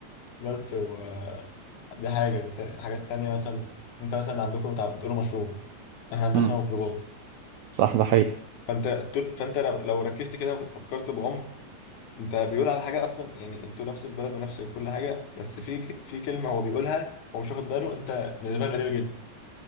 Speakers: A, on the left (about 80°); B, on the right (about 80°).
A: بس و دي حاجه ت- حاجات تانية مثلا انت مثلا عندكم بتاع- بتقولوا مشروب احنا عندنا
B: مم.
A: اسمها ميكروباص
B: صح ده حقيقي
A: فانت طول- فانت لو لو ركزت كده وفكرت بعمق انت بيقول على حاجه اصلا يعني انتوا نفس البلد ونفس كل حاجه بس في في كلمه هو بيقولها هو مش واخد باله انت بالنسبه لك غريبه جدا